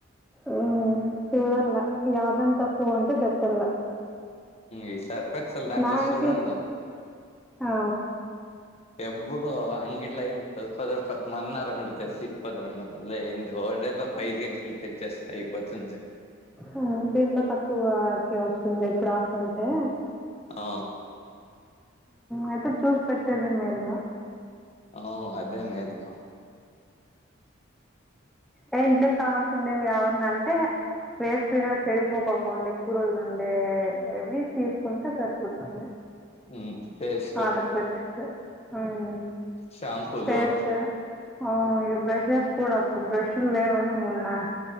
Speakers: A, in the centre; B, on the left.
A: ఉమ్ చూడల్లా యాదన్ తక్కువ ఉంటే పెట్టల
B: ఈ సర్ఫక్సలు దాంట్లో
A: నాకి
B: చూడాలి
A: ఆ
B: ఎప్పుడు అంగ ఇడ్ల ఏన్ పది పది రూపాయల మొన్న రొండు తెస్తి <unintelligible> ఐదు కేజీలు తెచ్చేస్తే అయిపోతుంది
A: ఊ దీంట్లో తక్కువ చిన్మయి డ్రాప్స్ ఉంటే
B: ఆ
A: అయితే చూసి పెట్టేదే మేలు
B: ఆ అదే మేలు
A: ఏ ఇంట్లోకి కావల్సి ఉండేవి యావన్నా అంటే వేస్ట్గా చెడిపోకోకుండా ఎక్కువ రోజులు ఉండే ఇవి తీసుకుంటే సరిపోతుంది
B: ఉమ్ పెట్టేసి
A: ఆర్డర్ పెట్టస ఉమ్
B: షాంపూలు
A: టేస్ట్ ఆఓ ఇక బ్రెషెస్ కూడాప్పు బ్రెష్లు లేవని మొన్న